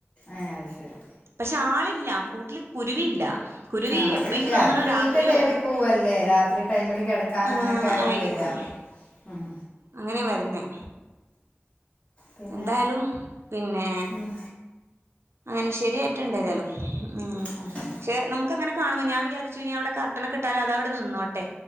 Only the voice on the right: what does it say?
പക്ഷേ ആളില്ല കൂട്ടില് കുരുവിയില്ല കുരുവി
എനിക്ക് തോന്നുണു
രാത്രിയോ
ആഹ്
ആയിരിക്കും
അങ്ങനെ വരുന്നേ.
എന്തായാലും പിന്നെ
അങ്ങനെ ശരിയായിട്ടുണ്ടേതായാലും ഉം
പക്ഷേ നമുക്കങ്ങനെ കാണുമ്പോ ഞാൻ വിചാരിച്ചു ഇനി അവിടെ കർട്ട ട്ടനൊക്കെട്ടലതവടെ നിന്നോട്ടെ